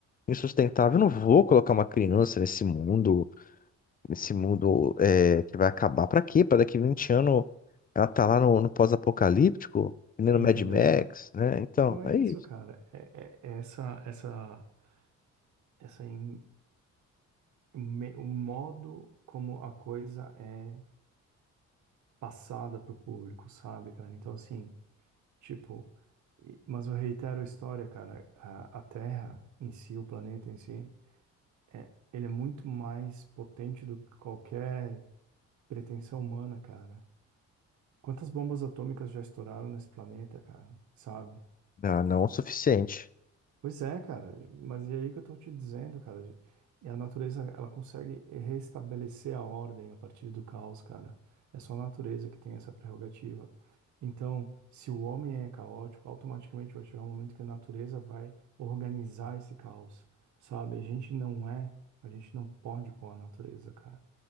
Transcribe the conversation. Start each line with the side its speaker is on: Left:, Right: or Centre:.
Left: insustentável. Eu não vou colocar uma criança nesse mundo, nesse mundo é, que vai acabar. Pra quê? Pra daqui 20 anos ela tá lá no, no pós-apocalíptico, que nem no
Right: Entendeu,
Left: Mad Max,
Right: cara?
Left: né? Então,
Right: Então é
Left: é
Right: isso,
Left: isso.
Right: cara. É, é- é essa, essa, essa em- me- o modo como a coisa é passada pro público, sabe, cara? Então assim, tipo, e- mas eu reitero a história, cara. A, a Terra em si, o planeta em si, é, ele é muito mais potente do que qualquer pretensão humana, cara. Quantas bombas atômicas já estouraram nesse planeta, cara? Sabe?
Left: Não, não é o suficiente.
Right: Pois é, cara, mas e aí que eu tô te dizendo, cara, de- e a natureza, ela consegue restabelecer a ordem a partir do caos, cara. É só a natureza que tem essa prerrogativa. Então, se o homem é caótico, automaticamente vai chegar um momento que a natureza vai organizar esse caos, sabe? A gente não é, a gente não pode com a natureza, cara.